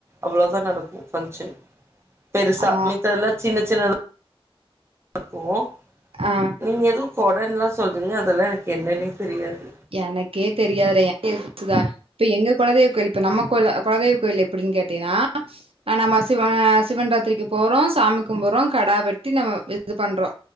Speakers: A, on the right (about 25°); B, on the right (about 70°).
A: அவ்ளோதா நடக்கு ஃபங்க்ஷன் பெருசா
B: ஆ
A: மித்ததல்லா சின்ன சின்னதா நடக்கு
B: ஆ
A: நீங்க எதோ கொடன்லா சொல்றீங்க அதெல்லா எனக்கு என்னனே தெரியாது
B: எனக்கே தெரியாது <inaudible> இப்ப எங்க கொலதெய்வ கோயில் இப்ப நம்ம கொல கொலதெய்வ கோயில் எப்பிடின்னு கேட்டயின்னா ஆ நம்ம சிவ சிவன்ராத்திரிக்கு போறோ சாமி கும்புட்றோ கடா வெட்டி நம்ம இது பண்றோ